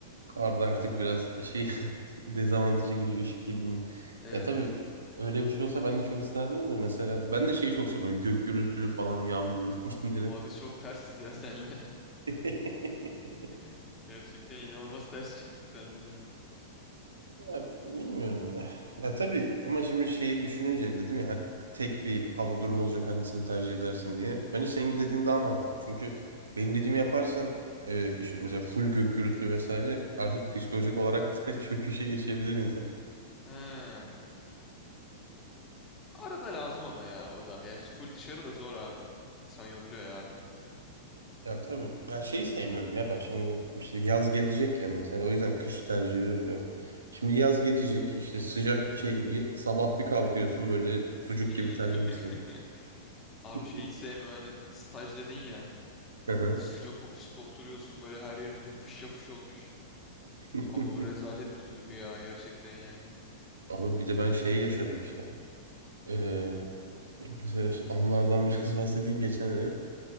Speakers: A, on the right; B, on the left.
A: Arda artık biraz şey <laughs> dezavantaja giriyor ışık kirliliğinin.
B: Evet.
A: Ya tabii öyle bir şey olsa ben de çok isterdim de mesela ben de şeyi çok seviyorum. böyle Gök gürültülü falan yağmurlu <laughs> günleri.
B: Oo abi biz çok tersiz ya <laughs> senle.
A: <laughs>
B: <laughs> Gerçekten inanılmaz ters çıktık senle ya.
A: Ya bilmiyorum ya. Ya tabii ama şimdi şeyi düşününce dedim ya tek bir hava durumu olacak hangisini tercih edersin diye. Bence senin dediğin daha mantıklı. Çünkü benim dediğimi yaparsan e, işte mesela full gök gürültü vesaire artık psikolojik olarak da <laughs> çöküşe geçebilir insan.
B: He. Arada lazım ama ya o da. Yani full dışarı da zor abi. İnsan yoruluyor ya arada.
A: Ya tabii. Ya şeyi sevmiyorum ya ben şimdi işte yaz gelecek ya mesela o yüzden kış tercih ediyorum diyorum. Şimdi yaz gelecek işte sıcak şey y- sabah bir kalkıyorsun böyle sucuk
B: <laughs>
A: gibi terlemişsin.
B: Abi
A: <laughs>
B: şey hiç sevmiyorum. Yani staj dedin ya.
A: Hı hı.
B: Bunun sıcak ofiste oturuyorsun böyle her yerin yapış yapış olmuş.
A: <laughs>
B: Abi o rezalet bir duygu ya gerçekten yani.
A: Ama bir de ben şeyi yaşadım işte. Ee, mesela işte anılardan <laughs> biraz bahsedeyim geçen yaz.